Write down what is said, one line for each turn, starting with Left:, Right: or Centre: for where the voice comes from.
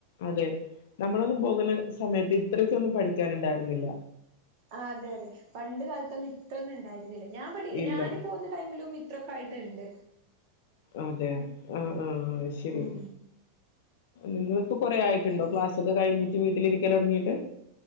Left: അതെ നമ്മളൊന്നും പോകുന്ന സമയത്ത് ഇത്രക്കൊന്നും പഠിക്കാനുണ്ടായിരുന്നില്ല
Right: ആഹ് അതെ അതെ പണ്ട് കാലത്തൊന്നും ഇത്രൊന്നും ഉണ്ടായിരുന്നില്ല ഞാൻ പഠ
Left: ഇല്ല
Right: ഞാന് പോകുന്ന ടൈമിലും ഇത്രൊക്കൊയിട്ടുണ്ട്
Left: അതെ ആഹ് ആഹ് ആഹ് ശരി
Right: ഉം
Left: നിങ്ങക്ക് കൊറ ആയിട്ടുണ്ടോ
Right: അതെ
Left: ക്ലാസ് ക്കെ കഴിഞ്ഞട്ട് വീട്ടിലിരിക്കൻ തുടങ്ങിട്ട്